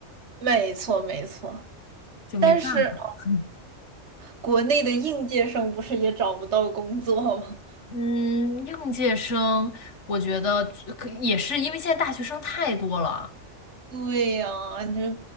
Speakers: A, on the right; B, on the left.
A: 没错没错，
B: 就没办法。
A: 但是
B: <laughs>
A: 国内的应届生不是也找不到工作吗？
B: 嗯，应届生，我觉得可也是因为现在大学生太多了。
A: <laughs> 对呀、你就